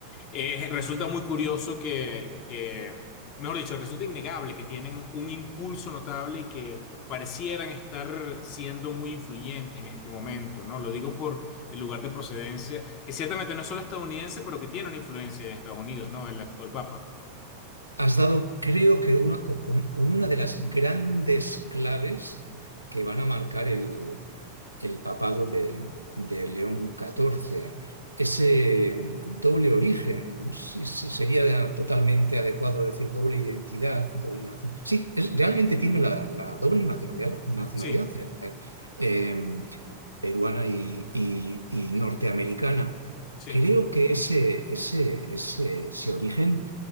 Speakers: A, on the left; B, on the right.
A: eh, resulta muy curioso que, que, mejor dicho, resulta innegable que tienen un impulso notable y que parecieran estar siendo muy influyentes en este momento, ¿no? Lo digo por el lugar de procedencia, que ciertamente no es solo estadounidense, pero que tiene una influencia en Estados Unidos, ¿no? El actual papa.
B: Has dado, creo que una, con, con una de las grandes claves que van a marcar el, el papado de, de León XIV. Ese doble origen, no sé si sería totalmente adecuado decir doble identidad, doble nación. Sí, es- realmente tiene la, la doble nacionalidad, nacionalidad
A: Sí,
B: eh, eh, peruana y, y- y norteamericana.
A: sí.
B: Creo que ese, ese, ese, ese origen